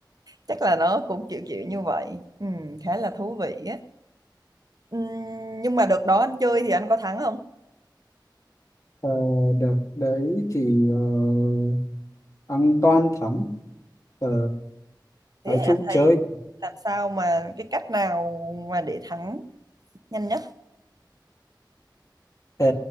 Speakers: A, on the right; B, on the left.
A: chắc là nó cũng kiểu kiểu như vậy Ừm, khá là thú vị á Ừm, nhưng mà đợt đó anh chơi thì anh có thắng không
B: Ờ, đợt đấy thì uh, ăn toan thắng Ờ,
A: thế
B: nói
A: anh
B: chung
A: thấy
B: chơi
A: làm sao mà cái cách nào mà để thắng nhanh nhất
B: Ờ,